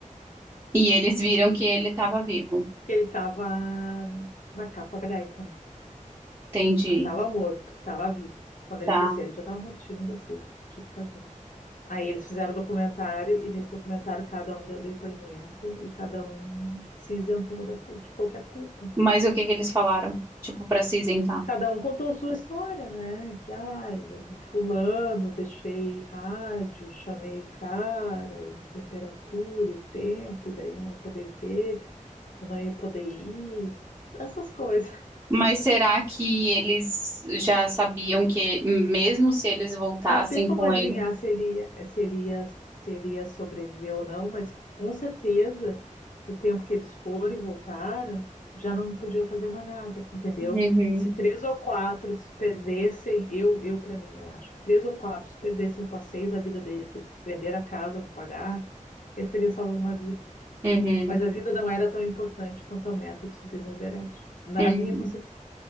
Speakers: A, on the right; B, on the left.
A: E eles viram que ele estava vivo.
B: que ele estava na capa da gaita, né?
A: Entendi,
B: Não estava morto, estava vivo. Quando eles
A: tá.
B: desceram, ele já estava mortinho da Silva. Tinha que fazer. Aí eles fizeram o documentário, e nesse documentário cada um deu depoimento, e cada um se isentou da, cu- de qualquer culpa.
A: Mas o que que eles falaram? Tipo, para se isentar.
B: Cada um contou sua história, né? Que, ai, o fulano, deixei rádio, chamei o cara, e temperatura, e o tempo, e daí não ia poder ver, eu não ia poder ir, essas coisas.
A: Mas será que eles já sabiam que, mesmo se eles voltassem
B: Não tem como
A: com
B: adivinhar
A: ele?
B: se ele, se ele ia, se ele ia sobreviver ou não, mas com certeza o tempo que eles foram e voltaram, já não podiam fazer mais nada, entendeu?
A: Uhum,
B: Se três ou quatro perdessem, eu, eu para mim, eu acho que três ou quatro perdessem o passeio da vida deles, que eles venderam a casa para pagar, eles teriam salvo uma vida.
A: uhum,
B: Mas a vida não era tão importante quanto a meta de subir no Everest, na
A: uhum.
B: minha concepção.